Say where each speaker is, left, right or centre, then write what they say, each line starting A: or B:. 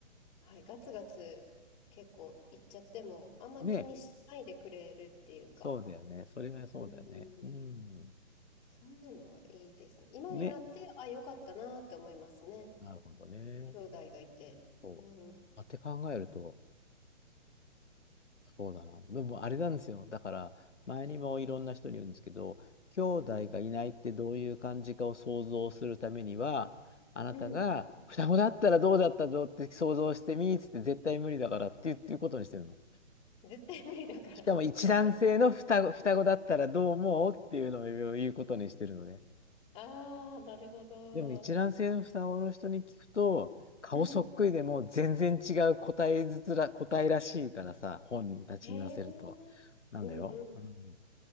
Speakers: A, on the left (about 15°); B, on the left (about 75°).
A: はい、ガツガツ結構行っちゃっても、あんま気にしないでくれるっていうか、
B: ね。そうだよね。それはそうだよね。
A: うん、
B: うん。
A: そんなのはいいですね。今になって、
B: ね。
A: あ、よかったなって思いますね。
B: なるほどね。
A: 兄弟がいて。
B: そう。
A: うん、
B: まあって考えると、そうだな。でもあれなんですよ。だから、前にもいろんな人に言うんですけど、兄弟がいないってどういう感じかを想像するためには、
A: うん、
B: あなたが双子だったらどうだったぞって想像してみーっつって絶対無理だからって言うっていうことにしてるの。
A: うん。絶対無理だから。
B: しかも一卵性の双子、
A: <laughs>
B: 双子だったらどう思うっていうのを言うことにしてるのね。
A: ああ、なるほど。
B: でも一卵性の双子の人に聞くと、顔そっくりでも全然違う答えずつら、
A: うん。
B: 答えらしいからさ、本人たちに言わせると。
A: へえ。
B: なんだよ。
A: うんうん。
B: うん